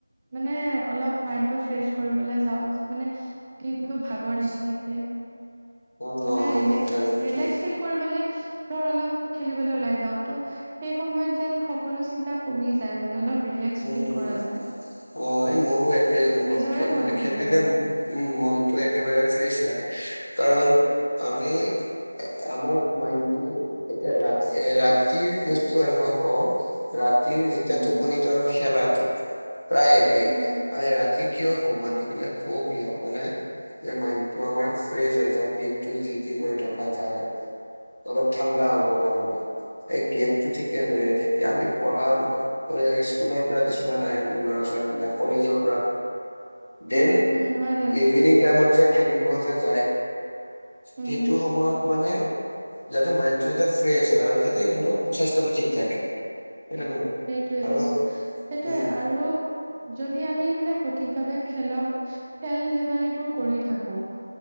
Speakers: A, on the right (about 20°); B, on the left (about 50°).
A: মানে অলপ মাইণ্ড টো ফ্ৰেচ কৰিবলৈ যাও। মানে দিনকো ভাগৰ লাগি থাকে।
B: অ অ
A: মানে
B: অ তাই-
A: ৰিলেক্স
B: তাই।
A: ফিল কৰিব ধৰ অলপ খেলিবলৈ ওলাই যাওঁ ত' সেই সময়ত যেন সকলো চিন্তা কমি যায়। মানে অলপ ৰিলেক্স
B: উম
A: ফিল কৰা যায়
B: অ এই মোৰো একেই অনুভৱ
A: নিজৰে
B: খে
A: মনটো
B: মানে খেলিলে
A: ভাল লাগ-
B: উম মনটো একেবাৰে ফ্ৰেছ লাগে কাৰণ আমি আমাৰ মাইণ্ডটো এতিয়া ৰাতি ৰাতিৰ বস্তু আৰু মই কওঁ ৰাত- ৰাতি যেতিয়াটো
A: উম
B: টোপনীটো খেলাটো প্ৰায় একেই
A: উম
B: আমি ৰাতি কিয় মানুহ বিলাক খুব মানে যে মাইনটো আমাৰ ফ্ৰেচ হৈ যায় ব্ৰেনটো যি টি কৰি থাক দেখা যায় অলপ ঠাণ্ডা হব কাৰণে গেমটো ঠিক তেনেদৰে
A: উম
B: যেতিয়া আমি পঢ়া পঢ়ি আহিছোঁ স্কুলৰ পৰা কিছুমান আহে ল'ৰা ছোৱালী বিলাক কলেজৰ পৰা ডেন
A: উম উম হয় দে
B: ইভিনিং টাইমত যে খেলিব যে যায়
A: উম
B: সেইটো সময়ত মানে যাতে মাইনটো যাতে ফ্ৰেছ হয় আৰু যাতে স্বাস্থ্যটো ঠিক থাকে। হয় নে নহয়
A: সেইটোয়ে
B: আৰু
A: দেচোন সেইটোয়ে
B: উম
A: আৰু যদি আমি মানে সঠিক ভাৱে খেলক -খেল ধেমালিবোৰ কৰি থাকোঁ